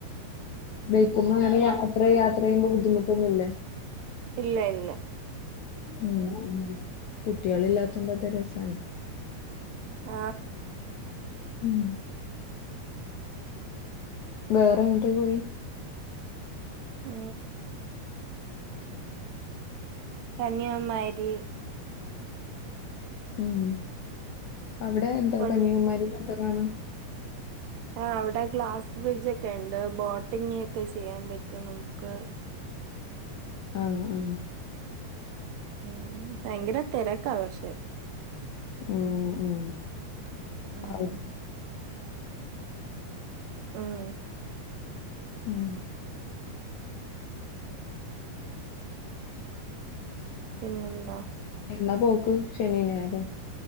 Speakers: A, on the left; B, on the right.
A: ബൈക്ക്‌മ്മേ വരെ യാത്ര യാത്ര ചെയ്യുമ്പോ ബുദ്ധിമുട്ടൊന്നും ഇല്ലേ
B: ഇല്ല ഇല്ല
A: ഉം കുട്ട്യാള് ഇല്ലാത്തോണ്ട് അത് രസായിരിക്കും
B: ആ
A: ഉം വേറെ എങ്ങട്ടേ പോയി
B: ആ കന്യാമാരി
A: ഉം അവിടെ എന്താ
B: പൊൻ
A: കന്യാകുമാരില് എന്താ കാണാം
B: ആ അവിടെ ഗ്ലാസ് ബ്രിഡ്ജ് ഒക്കെ ഇണ്ട് ബോട്ടിംഗ് ഒക്കെ ചെയ്യാൻ പറ്റും നമുക്ക്
A: ആ ആ
B: ഉം ഭയങ്കര തെരക്കാ പക്ഷേ
A: ഉം ഉം
B: ഉം
A: <unintelligible>
B: ഉം
A: ഉം
B: പിന്നെന്താ
A: എന്നാ പോക്ക് ശനിം ഞായറോ